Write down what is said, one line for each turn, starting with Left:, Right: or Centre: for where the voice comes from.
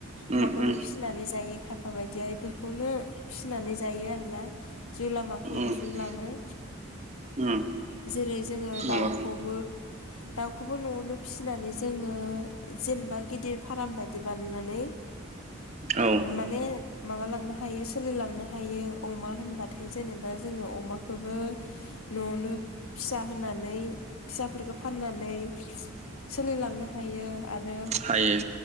Right: उम
Left: अमाखौनो
Right: उम
Left: फिसिनानै जायो खायफा बायदिया बेफोरखौनो फिसिनानै जायो आरोना जिउ लामााखो
Right: उम
Left: दिहुनलाङो
Right: उम
Left: जेरै जोङो
Right: औ
Left: दाउखौबो दाउखौबो न'आवनो फिसिनानै जोङो जेनेबा गिदिर फार्म बायदि बानायनानै
Right: औ
Left: माने माबालांनो हायो सोलिलांनो हायो अमा होनबाथाय जेनेबा जोङो अमाखौबो न'आवनो फिसा होनानै फिसाफोरखौ फाननानै सोलिलांनो हायो आरो
Right: हायो